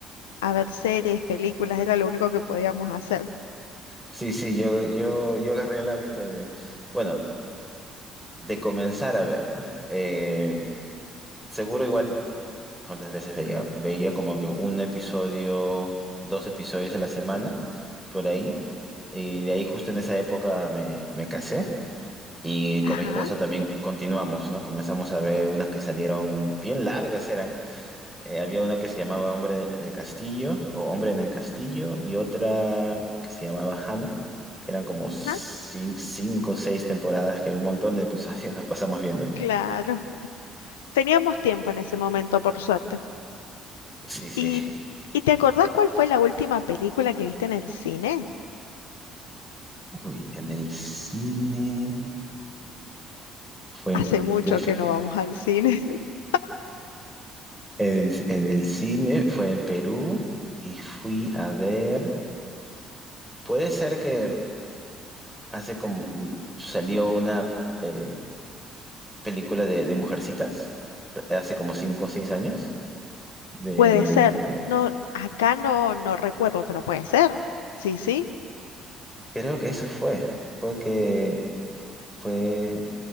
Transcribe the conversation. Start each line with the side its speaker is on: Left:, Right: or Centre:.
Left: a ver series, películas, era lo único que podíamos hacer.
Centre: Sí, sí, yo, yo, yo agarré el hábito de, bueno, de comenzar a ver, ¿no? Eh, seguro igual, ¿cuántas veces veía? Veía como que un episodio, dos episodios a la semana, por ahí. Y de ahí justo en esa época me, me casé y
Left: Ajá,
Centre: con mi esposa también continuamos, ¿no? Comenzamos a ver unas que salieron bien largas eran. Eh, había una que se llamaba Hombre del Castillo o Hombre en el Castillo y otra que se llamaba Hannah, que eran como cin-
Left: ajá,
Centre: cinco o seis temporadas que un montón de episodios <laughs> nos pasamos viendo ahí.
Left: claro. Teníamos tiempo en ese momento, por suerte.
Centre: Sí, sí.
Left: ¿Y, y te acordás cuál fue la última película que viste en el cine?
Centre: Uy, en el cine fue
Left: Hace
Centre: en,
Left: mucho
Centre: de fe-
Left: que no vamos al cine. <laughs>
Centre: en, en el cine fue en Perú y fui a ver. Puede ser que hace como mm, salió una eh, película de, de mujercitas eh, hace como cinco o seis años. De
Left: Puede ser. No, acá no, no recuerdo, pero puede ser. Sí, sí.
Centre: creo que eso fue. Fue que fue.